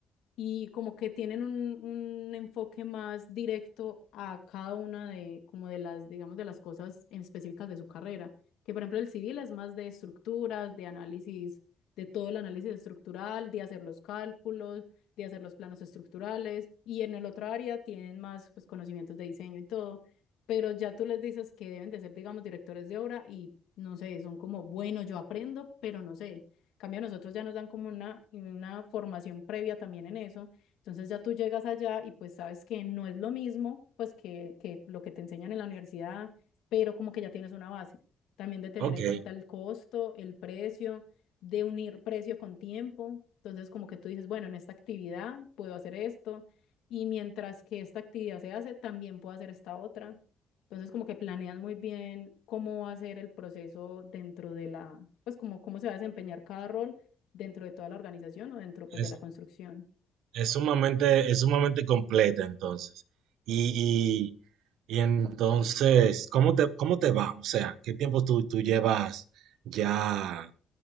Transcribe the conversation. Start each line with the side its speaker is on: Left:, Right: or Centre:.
Left: y como que tienen un, un enfoque más directo a cada una de, como de las, digamos, de las cosas en específicas de su carrera. Que por ejemplo el civil es más de estructuras, de análisis, de todo el análisis estructural, de hacer los cálculos, de hacer los planos estructurales, y en el otro área tienen más pues conocimientos de diseño y todo, pero ya tú les dices que deben de ser, digamos, directores de obra y no sé, son como, bueno, yo aprendo, pero no sé. En cambio, a nosotros ya nos dan como una, una formación previa también en eso. Entonces ya tú llegas allá y pues sabes que no es lo mismo pues que, que lo que te enseñan en la universidad, pero como que ya tienes una base. También de tener
Right: Ok,
Left: en cuenta el costo, el precio, de unir precio con tiempo. Entonces como que tú dices, bueno, en esta actividad puedo hacer esto y mientras que esta actividad se hace, también puedo hacer esta otra. Entonces, como que planean muy bien cómo va a ser el proceso dentro de la, pues como cómo se va a desempeñar cada rol dentro de toda la organización o dentro pues
Right: es,
Left: de la construcción.
Right: es sumamente, es sumamente completa entonces. Y, y, y entonces, ¿cómo te, cómo te va? O sea, ¿qué tiempo tú, tú llevas ya